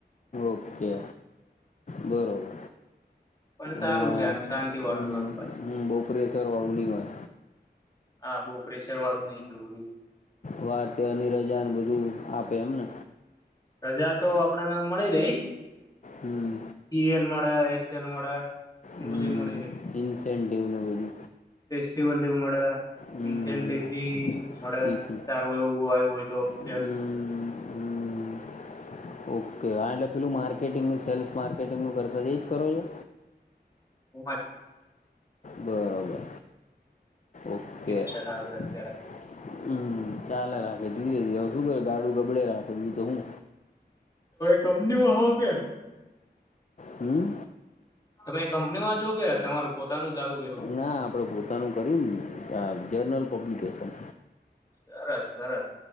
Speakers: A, on the left; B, on the left.
A: ઓકે બરોબર
B: પણ સારું
A: અને
B: છે આમ શાંતિ વાળું
A: હમ્મ
B: આમ ભાઈ
A: હમ્મ બહુ પ્રેશરવાળું નહીં હોય
B: હા બહ પ્ર વાળું નહીિ એટલું બધું
A: વાર તે અની રજાને બધું આપે એમને
B: પ્રજા તો આપડને મળી રહી
A: હમ્મ
B: ઈ એલ મળ એસ એલ મળ એ
A: હમ્મ
B: બ મળ
A: ઇન્સેન્ટિવ ને બધું
B: શિવલી ઉમડા
A: હમ્મ
B: ઇી મળે
A: શીખ
B: સારું એવું આવ્યું હોય તો
A: હમ
B: સ
A: હમ ઓકે આ એટલે પેલું માર્કેટિંગનું સેલ્સ માર્કેટિંગનું કર તો એ જ કરો છો
B: <inaudible>
A: બરોબર ઓકે
B: એજ
A: હ
B: ચલાવે અત્યારે
A: ચાલે રાખ એ શું કરે ગાડું ગબડે સમજીી ક હું
B: તમની વાગ
A: હમ
B: તમે કંપની માં છો કે તમારું પોતાનું ચાલુ કર્યું
A: ના આપડે પોતાનું કર્યું આ જર્નલ પબ્લિકેશન
B: સરસ સરસ